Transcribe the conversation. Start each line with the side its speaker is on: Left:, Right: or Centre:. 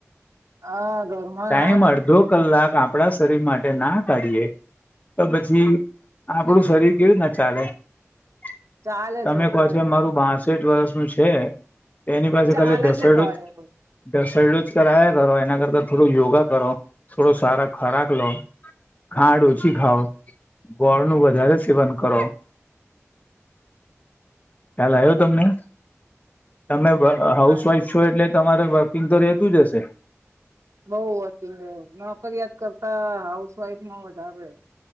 Right: હા ઘરમાં
Left: ટાઈમ
Right: ના
Left: અડધો કલાક આપ આપણા શરીર માટે ના કાઢીએ તો પછી આપણું શરીર કેવી રીતના ચાલે તમે
Right: ચાલે છે
Left: કો
Right: તોય
Left: છો એમ મારું બાસેઠ વર્ષ નું છે. તેની પાસે
Right: ચાલે
Left: ખાલી ધશરડુંસ
Right: છે તોય.
Left: સ યદુજ કરાયા કરો એના કરતા થોડું યોગા કરો થોડો સારા ખોરાક લો. ખાંડ ઓછી ખાઓ, ગોળ નું વધારે સેવન કરો. ખ્યાલ આયવો તમને? તમે વર્ક અ વાઈફ
Right: આયો
Left: છો એટલે તમારે વર્કિંગ તો રહેતું જ હશે?
Right: બઉ વર્કિંગ નોકરીયાત કરતા હાઉસવાઈફમાં વધારે.